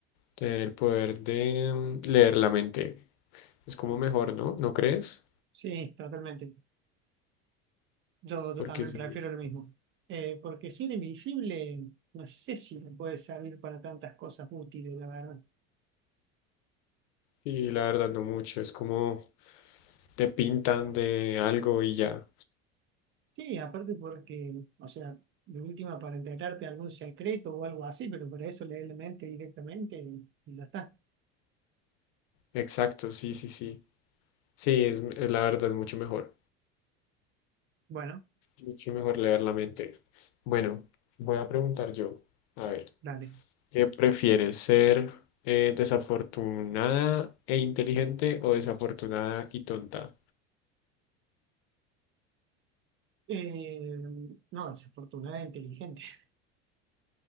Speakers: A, on the left; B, on the right.
A: tener el poder de mm, leer la mente. Es como mejor, ¿no? ¿No crees?
B: Sí, totalmente. Yo, yo
A: Porque
B: también
A: sí,
B: prefiero
A: es-
B: lo mismo. Eh, porque ser invisible, no sé si me puede servir para tantas cosas útiles, la verdad.
A: sí, la verdad no mucho. Es como te pintan de algo y ya.
B: Sí, aparte porque, o sea, de última para enterarte de algún secreto o algo así, pero para eso leer la mente directamente y y ya está.
A: Exacto, sí, sí, sí. Sí, es, es la verdad mucho mejor.
B: Bueno,
A: Mucho mejor leer la mente. Bueno, voy a preguntar yo. A ver.
B: dale.
A: ¿Qué prefieres, ser eh, desafortunada e inteligente o desafortunada y tonta?
B: Eh, no, desafortunada e inteligente. <laughs>